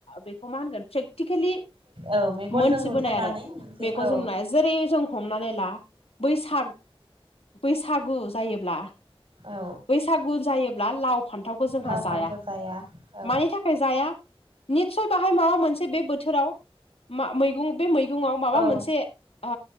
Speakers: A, on the left; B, on the right.
A: बेखौ मा होनगोन प्रेक्टिकेलि
B: औ मेगनजों
A: मोनथिबोनाय
B: नुथारनानै
A: आरो
B: मोनसे
A: मेगनजों
B: औ
A: नुनाय जेरै जों हमनानै ला बैसाग बैसागु जायोब्ला
B: औ
A: बैसागु जायोब्ला लाव फानथ फानथावखौ जोंहा
B: लाव
A: जाया
B: फान्थाव औ
A: मानि थाख खाय जाया निस्सय बाहाय माबा मोनसे बे बोथोराव मा मैगं बे मैगाव माबा
B: औ
A: मोनसे ओ